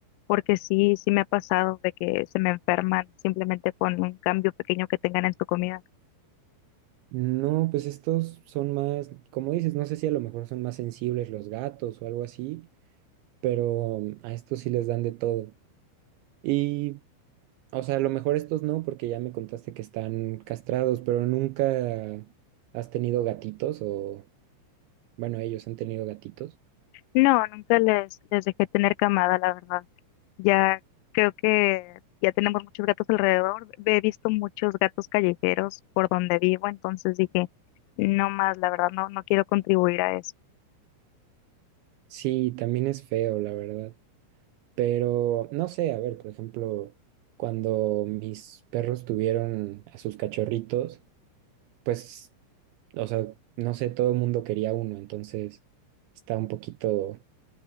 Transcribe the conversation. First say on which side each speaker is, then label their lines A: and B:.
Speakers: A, on the left; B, on the right.
A: porque sí, sí me ha pasado de que se me enferman simplemente con un cambio pequeño que tengan en su comida.
B: No, pues estos son más, como dices, no sé si a lo mejor son más sensibles los gatos o algo así, pero a estos sí les dan de todo. Y, o sea, a lo mejor estos no, porque ya me contaste que están castrados, pero nunca has tenido gatitos o... Bueno, ellos han tenido gatitos.
A: No, nunca les, les dejé tener camada, la verdad. Ya creo que ya tenemos muchos gatos alrededor. He visto muchos gatos callejeros por donde vivo, entonces dije, no más, la verdad, no, no quiero contribuir a eso.
B: Sí, también es feo, la verdad. Pero no sé, a ver, por ejemplo, cuando mis perros tuvieron a sus cachorritos, pues, o sea, no sé, todo el mundo quería uno, entonces está un poquito